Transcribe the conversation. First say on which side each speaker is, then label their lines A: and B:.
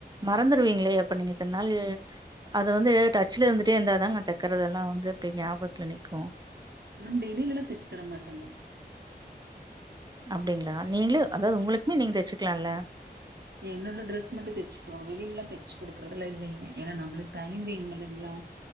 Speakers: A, on the right (about 25°); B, on the right (about 75°).
A: மறந்துருவீங்களே அப்ப நீங்க இத்தன்னாள் அத வந்து டச்ல இருந்துட்டே இருந்தாதாங்க தக்கறதெல்லா வந்து அப்டி ஞாபகத்துல நிக்கு
B: நம் வெளில எல்லா தச்சு தர மாட்டங்க
A: அப்டிங்ளா நீங்களே அதாவது உங்களுக்குமே நீங்க தச்சுக்கலால்ல
B: என்னோட ட்ரெஸ் மட்டு தச்சுக்குவ வெளிலலா தச்சு குடுக்குறதுலா இல்லங்க ஏனா நம்மளுக்கு டைம் வேணு இல்லைங்களா